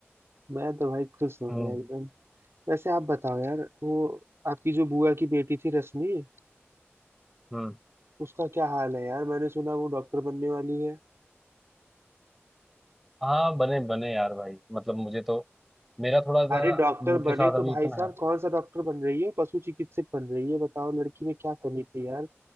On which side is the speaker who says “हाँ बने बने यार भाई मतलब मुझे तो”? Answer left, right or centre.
Centre